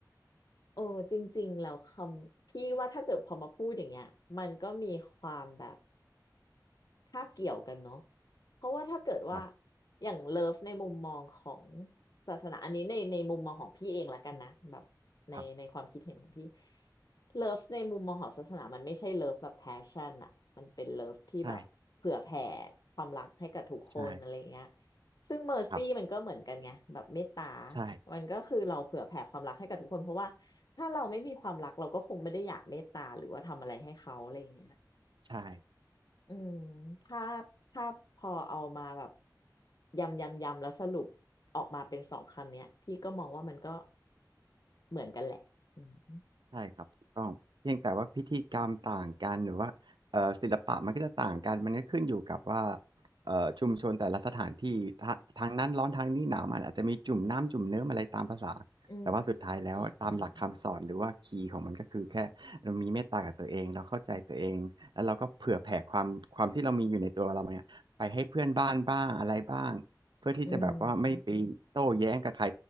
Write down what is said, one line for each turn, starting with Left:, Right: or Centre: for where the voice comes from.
Left: โอ้จริงๆแล้วคำพี่ว่าถ้าเกิดพอมาพูดอย่างเงี้ยมันก็มีความแบบ คาบเกี่ยวกันเนาะเพราะว่าถ้าเกิดว่า
Right: คร
Left: อย่างเลิฟในมุมมองของศาสนาอันนี้ในในมุมมองของพี่เองละกันนะแบบในในความคิดเห็นของพี่
Right: ับ
Left: เลิฟในมุมมองของศาสนามันไม่ใช่เลิฟแบบแพชชั่นอะมันเป็นเลิฟที่แบบเผื่อแผ่
Right: ใช่
Left: ความรักให้กับทุกคนอะไรอย่างเงี้ย
Right: ใช่
Left: ซึ่งเมอร์ซี่มันก็เหมือนกันไงแบบเมตตา
Right: ครับ ใช่
Left: มันก็คือเราเผื่อแผ่ความรักให้กับทุกคนเพราะว่าถ้าเราไม่มีความรักเราก็คงไม่ได้อยากเมตตาหรือว่าทำอะไรให้เขาอะไรอย่างเงี้ย
Right: ใช่
Left: อืมถ้าถ้าพอเอามาแบบยำยำยำแล้วสรุปออกมาเป็นสองคำเนี้ยพี่ก็มองว่ามันก็เหมือนกันแหละอืม
Right: ใช่ครับถูกต้องเพียงแต่ว่าพิธีกรรมต่างกันหรือว่าเอ่อศิลปะมันก็จะต่างกันมันก็ขึ้นอยู่กับว่าเอ่อชุมชนแต่ละสถานที่ทะทางนั้นร้อนทางนี้หนาวมันอาจจะมีจุ่มน้ำจุ่มเนื้อมอะไรตามภาษาแต่ว่าสุดท้ายแล้วตามหลักคำสอนหรือว่าคีย์ของมันก็คือแค่เรามีเมตตากับตัวเองเราเข้าใจตัวเองแล้วเราก็เผื่อแผ่ความความที่เรามีอยู่ในตัวเราเนี่ยไปให้เพื่อนบ้านบ้างอะไรบ้างเพื่อที่จะแบบว่าไม่ไปโต้แย้งกับใคร
Left: อืมอืม